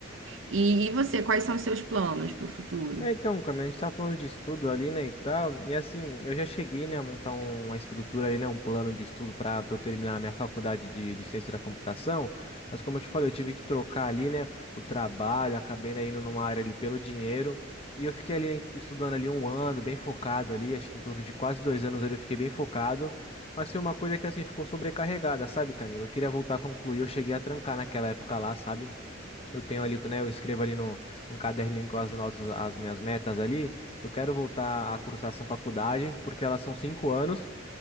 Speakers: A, on the right; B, on the left.
A: E, e você, quais são os seus planos para o futuro?
B: É, então, Camila, a gente tá falando de estudo ali, né, e tal, e assim, eu já cheguei, né, a montar um- uma estrutura ali, né, um plano de estudo para eu terminar a minha faculdade de, de ciência da computação, mas como eu te falei, eu tive que trocar ali, né, o trabalho, acabei, né, indo numa área ali pelo dinheiro, e eu fiquei ali, né, estudando ali um ano, bem focado ali, acho que em torno de quase dois anos ali eu fiquei bem focado, mas foi uma coisa que, assim, ficou sobrecarregada, sabe, Camila? Eu queria voltar a concluir, eu cheguei a trancar naquela época lá, sabe? Eu tenho ali, né? Eu escrevo ali no, num caderninho com as notas, as minhas metas ali, que eu quero voltar a cursar essa faculdade, porque elas são cinco anos